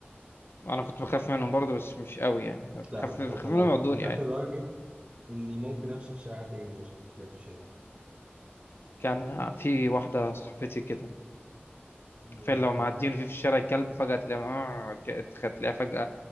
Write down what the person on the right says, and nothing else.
لا انا كنت
انا
كنت
بخاف
لدرجه اني ممكن امشي في شارع تاني عشان كلاب في الشارع
يعني
بجد.